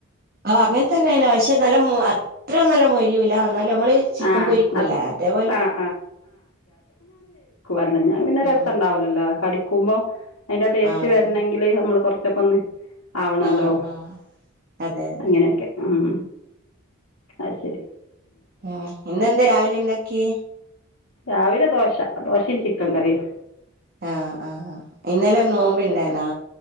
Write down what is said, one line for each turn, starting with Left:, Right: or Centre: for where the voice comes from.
Right: ആഹ് അങ്ങനെ തന്നെയണ് പക്ഷെ നല്ല അത്ര നല്ല മൊരിയൂല എന്നാലും നമ്മള് ചിക്കൻ
Left: ആഹ്
Right: പൊരിക്കൂലേ
Left: അത്
Right: അതേപോലെ
Left: ആഹ് അല്ല പിന്നെ രസം
Right: ഉം
Left: ഉണ്ടാവലല്ലോ കടിക്കുമ്പോം അതിന്റെ ടേസ്റ്റ്
Right: ആഹ്
Left: വരണമെങ്കിൽ
Right: ആഹ്
Left: നമ്മള് കുറ ച്ചക്കെ ഒന്ന് ആവണല്ലോ
Right: ആഹ് ആഹ് അതെ അതെ
Left: അങ്ങനെയൊക്കെ ഉം അയ്ശരി
Right: ഉം ഇന്ന്ന്താ രാവിലെ ഉണ്ടാക്കി
Left: രാവിലെ ദോശ ദോശയും ചിക്കൻ കറിയും
Right: ആഹ് ആഹ് ഇന്നലെ നോമ്പ് ഇണ്ടനാ